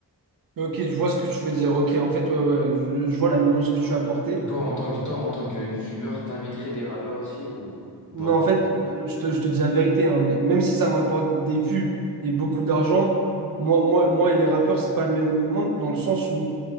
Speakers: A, on the right; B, on the left.
A: ok, je vois ce que tu veux dire. Ok, en fait, ouais, ouais, je, je vois la nuance que tu as apportée.
B: Toi, en tant que, toi, en tant que youtubeur, t'inviterais des rappeurs aussi ou, ou
A: Non,
B: pas?
A: en fait, euh, je te, je te dis la vérité, hein, mais même si ça me rapporte des vues et beaucoup d'argent, moi, moi, moi et les rappeurs, c'est pas le même monde dans le sens où